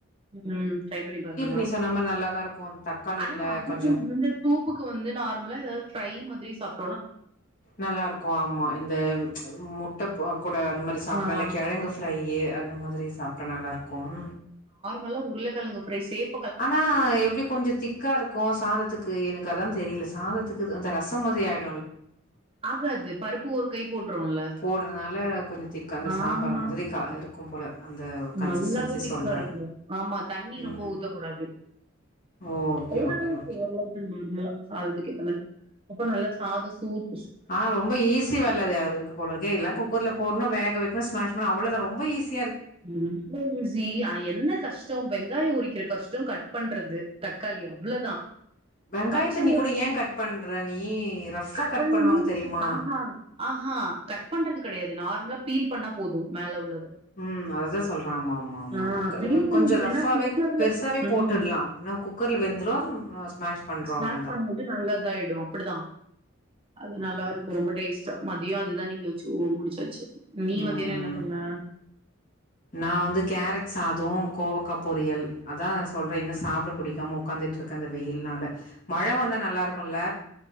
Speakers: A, on the right (about 25°); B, on the left (about 40°).
A: ம் டிரைபண்ணி பாரு நல்லா
B: நீ
A: இருக்கும்
B: சொன்ன மாரி நல்லாதா இருக்கும் தக்காளில
A: ஆனா அதுக்கு
B: கொஞ்சோ
A: இந்த சூப்புக்கு வந்து நார்மலா ஏதாவது பிரை மாரி சப்
B: நல்லா இருக்கும் ஆமா இந்த முட்டை போ கூட அந்த மாரி சாப்ட்லா
A: ஆ
B: நல்லா கிழங்கு ஃப்பிரைய அந்த மாரி சாப்ட்டா நல்லாருக்கும்
A: மல்ல உருளை கிழங்கு ஃப்ரைசேப்
B: ஆனா எப்படி கொஞ்சம் திக்கா இருக்கும் சாதத்துக்கு எனக்கு அதான் தெரியல ச சாதத்துக்கு அந்த ரசம் மாரி ஆய
A: ஆகாது பருப்பு கை போட்றோல்ல
B: போட்றதுனால கொஞ்சம் திக்க அந்த
A: ஆ
B: சாம்பார் மாதிரி இருக்கும் கும் போல அந்த கன்சிஸ்டன்சி
A: நல்லாவே திக்கா
B: சொல்றே
A: இருக்கும் ஆமா தண்ணி
B: ம்
A: ரொம்ப ஊத்தக்கூடாது
B: ஓகே
A: ஓரளவுக்கு
B: ஓகே ஓகே
A: ஓரளவுக்கு நார்மலா சாதத்துக்கு ஏத்த மாரி அப்ப நல்லா சாத சூத்
B: ஆ ரொம்ப ஈசி வேல இருக்கு போல இருக்க எல்லாம் குக்கர்ல போட்ணும் வேக வைக்க <unintelligible> அவ்வள தான் ரொம்ப ஈஸி
A: ரொம்ப ஈசி என்ன கஷ்டம் வெங் வெங்காய உரிக்கிற கஷ்டம் கட் பண்றது தக்காளி அவ்வளவுதான்
B: வெங்காயத்த
A: பச்ச
B: நீ
A: மொளகா
B: கூட ஏ கட் பண்ற நீ ரஃப்பா
A: கட் பண்ண
B: பண்ணுவாங்க
A: மீன்ஸ்
B: தெரியுமா
A: ஆமா ஆஹா கட் பண்றது கெடையாது நார்மலா பீல் பண்ணா போது மேல உள்ளது
B: ம் அதுதா சொல்றே ஆமா ஆமா ஆமா
A: ஆ
B: அது
A: பீல் பண்ணிடு
B: கொஞ்ச ரஃப்பாவே
A: ஏன்னா குக்கர்ல
B: பெருசாவே
A: ம்
B: போட்டுர்லா நா குக்கர்ல வெந்துரு ஸ்மாஷ் பண்றோ
A: ஸ்மேஷ்
B: அவ்ளோதா
A: பண்ணு போது நல்லத் ஆயிடு அப்படிதா அது
B: ஆ
A: நல்லா இருக்கு
B: ஓகே
A: ரொம்ப டேஸ் ச மதியோ அதுதா இன்னிக்கு வச்சு முடிச்சாச்சு நீ
B: ம்
A: மத்தியானோ என்ன பண்ண
B: நா வந்து கேரட் சாதோ கோவக்கா பொரியல் அதா சொல்றே இன்னு சாப்ட புடிக்காம உக்காந்துட்டு இருக்கேங்கறது வெயில்னால மழை வந்தா நல்லாருக்கும்ல?